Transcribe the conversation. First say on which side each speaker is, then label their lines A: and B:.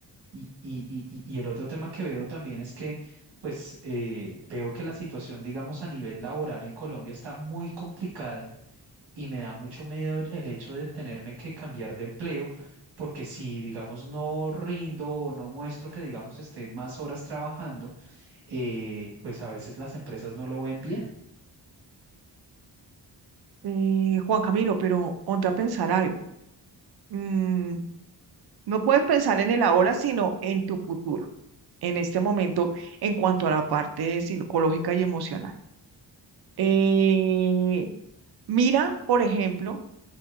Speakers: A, on the right; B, on the right.
A: Y, y- y- y- y el otro tema que veo también es que, pues, eh, veo que la situación, digamos, a nivel laboral en Colombia está muy complicada y me da mucho miedo el el hecho de tenerme que cambiar de empleo, porque si, digamos, no rindo o no muestro que, digamos, esté más horas trabajando, eh, pues a veces las empresas no lo ven bien.
B: eh, Juan Camilo, pero ponte a pensar algo. Mm, no puedes pensar en el ahora, sino en tu futuro, en este momento, en cuanto a la parte psicológica y emocional. Eh, mira, por ejemplo,